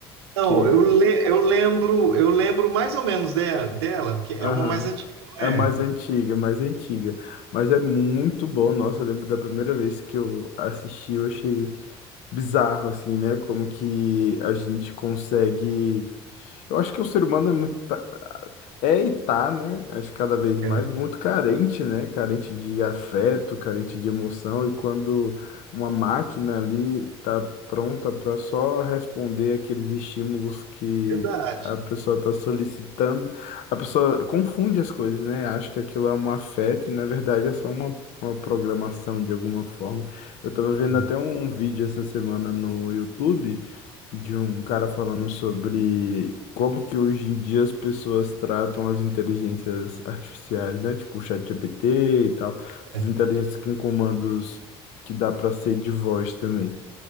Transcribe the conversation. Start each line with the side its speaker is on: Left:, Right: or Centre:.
Right: Não,
Left: que é
Right: eu, le, eu lembro, eu lembro mais ou menos dela, dela, porque é
Left: Aham.
Right: uma mais antiga, não
Left: É
Right: é?
Left: mais antiga, é mais antiga. Mas é muito bom. Nossa, eu lembro da primeira vez que eu assisti, eu achei bizarro, assim, né? Como que a gente consegue. Eu acho que o ser humano é muito. É, e tá, né? Acho que cada vez mais
Right: É
Left: muito carente, né? Carente de afeto, carente de emoção. E quando uma máquina ali tá pronta para só responder aqueles estímulos que
Right: verdade.
Left: a pessoa está solicitando, a pessoa confunde as coisas, né? Acha que aquilo é um afeto e na verdade é só uma, uma programação de alguma forma. Eu tava vendo
Right: É,
Left: até um, um vídeo essa semana no YouTube de um cara falando sobre como que hoje em dia as pessoas tratam as inteligências artificiais, né? Tipo o ChatGPT e tal, essas
Right: é,
Left: inteligências com comandos que dá para ser de voz também.